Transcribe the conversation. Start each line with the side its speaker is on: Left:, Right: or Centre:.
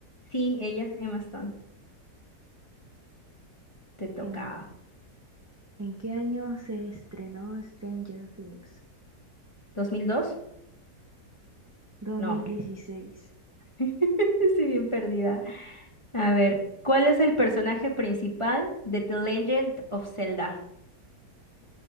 Left: Sí, ella, Emma Stone. Te toca.
Right: ¿En, en qué año se estrenó Stranger Things?
Left: dos? mil dos?
Right: Dos
Left: No.
Right: mil dieciséis.
Left: <laughs> Estoy bien perdida. A ver, ¿cuál es el personaje principal de The Legend of Zelda?